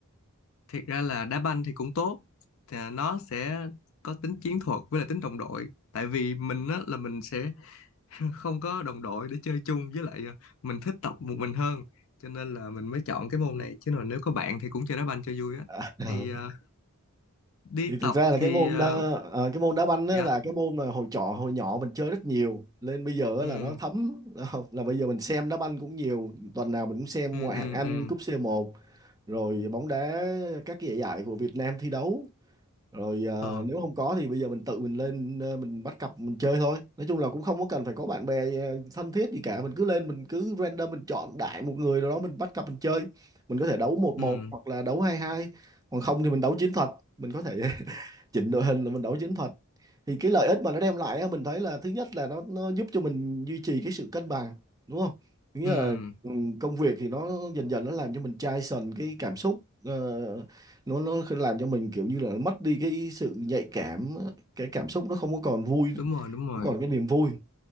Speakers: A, on the left; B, on the right.
A: thiệt ra là đá banh thì cũng tốt. Thì à, nó sẽ có tính chiến thuật với lại tính đồng đội. Tại vì mình á, là mình sẽ <laughs> không có đồng đội để chơi chung với lại à, mình thích tập một mình hơn. Cho nên là mình mới chọn cái môn này. Chứ còn nếu có bạn thì cũng chơi đá banh cho vui á.
B: À, <laughs>
A: Thì à, đi
B: thì thực
A: tập
B: ra là
A: thì
B: cái môn
A: à,
B: ờ, ờ, cái môn đá banh á,
A: dạ,
B: là cái môn mà hồi trọ hồi nhỏ mình chơi rất nhiều nên bây giờ á
A: ừ,
B: là nó thấm là là bây giờ mình xem đá banh cũng nhiều tuần nào mình cũng xem
A: ừ,
B: ngoại
A: ừ,
B: hạng Anh
A: ừm,
B: cúp c một rồi bóng đá các cái giải giải của Việt Nam thi đấu rồi ờ,
A: ờ,
B: nếu không có thì bây giờ mình tự mình lên ờ, mình bắt cặp mình chơi thôi nói chung là cũng không có cần phải có bạn bè ờ, thân thiết gì cả mình cứ lên mình cứ random mình chọn đại một người rồi đó mình bắt cặp mình chơi mình có thể đấu một
A: ừ,
B: một hoặc là đấu hai hai còn không thì mình đấu chiến thuật mình có thể chỉnh đội hình là mình đấu chiến thuật thì cái lợi ích mà nó đem lại á, mình thấy là thứ nhất là nó nó giúp cho mình duy trì cái sự cân bằng đúng không Thứ nghĩa
A: ừm,
B: là ừ, công việc thì nó dần dần nó làm cho mình chai sần cái cảm xúc ờ, nó nó làm cho mình kiểu như là mất đi cái sự nhạy cảm cái cảm xúc nó không có còn vui
A: đúng rồi, đúng rồi.
B: không còn cái niềm vui